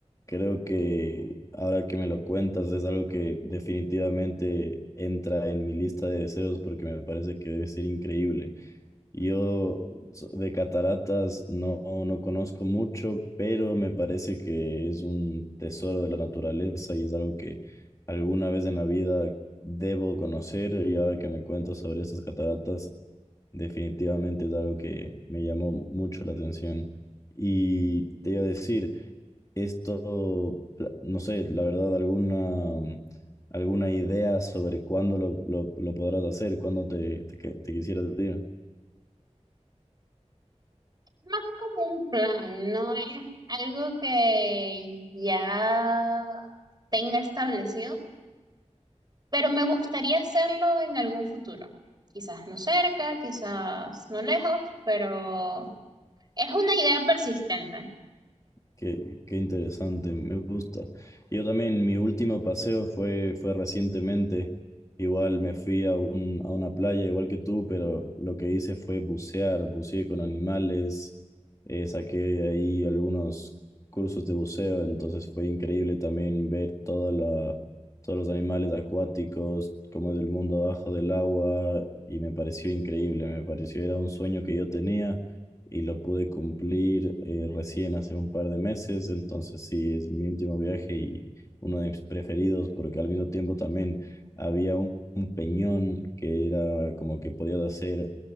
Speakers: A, on the left; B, on the right.
A: creo que ahora que me lo cuentas es algo que definitivamente entra en mi lista de deseos porque me parece que debe ser increíble. Yo so- de cataratas no, no conozco mucho, pero me parece que es un tesoro de la naturaleza y es algo que alguna vez en la vida debo conocer y ahora que me cuento sobre estas cataratas, definitivamente es algo que me llamó mucho la atención. Y te iba a decir, esto, pla- no sé, la verdad, alguna, alguna idea sobre cuándo lo, lo, lo podrás hacer, cuándo te, te que- te quisieras ir.
B: Más como un plan, no es algo que ya tenga establecido, pero me gustaría hacerlo en algún futuro. Quizás no cerca, quizás no lejos, pero es una idea persistente.
A: Qué, qué interesante, me gusta. Yo también, mi último paseo fue, fue recientemente. Igual me fui a, un- a una playa, igual que tú, pero lo que hice fue bucear, buceé con animales, eh, saqué ahí algunos cursos de buceo, entonces fue increíble también ver toda la, todos los animales acuáticos, cómo es el mundo abajo del agua, y me pareció increíble, me pareció era un sueño que yo tenía y lo pude cumplir eh, recién hace un par de meses, entonces sí, es mi último viaje y uno de mis preferidos porque al mismo tiempo también había un, un peñón que era como que podías hacer